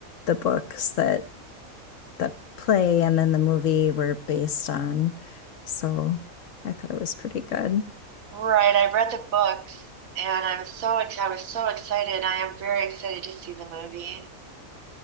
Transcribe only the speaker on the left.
the books that the play and then the movie were based on, so I thought it was pretty good.